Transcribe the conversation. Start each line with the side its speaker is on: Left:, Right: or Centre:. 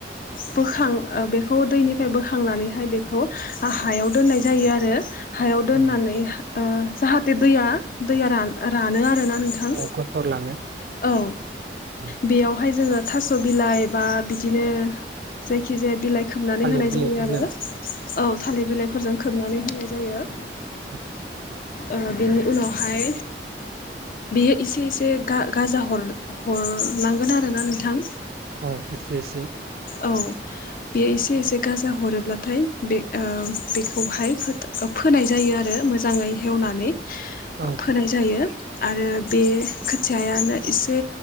Left: बोखां ओ बेखौ दैनिफ्राय बोखांनानैहाय बेखौ। हायाव दोननाय जायो आरो हायाव दोननानै
Right: औ
Left: ओ जाहाथे दैया दैया रान रानो आरो ना नोंथां
Right: औ गसर लाङो
Left: औ
Right: औ
Left: बेयावहाय जोंङो थास' बिलाइ बा बिदिनो जायखि जाया बिलाइ खोबनानै
Right: थालिर
Left: होनाय
Right: बिलाइफोरजों
Left: जायो आरो औ थालिर बिलाइफोरजों खोबनानै होनाय जायो।
Right: औ <inaudible>
Left: ओ बिनि उनावहाय बियो इसे इसे गा-गाजा हर-हरनांगोन आरोना नोंथां।
Right: औ एसे एसे
Left: औ बेयो एसे एसे गाजा हरोब्लाथाय बे ओ बेखौहाय फोथ ओ फोनाय जायो आरो मोजाङै हेवनानै
Right: औ
Left: फोनाय जायो आरो बे खोथियायानो एसे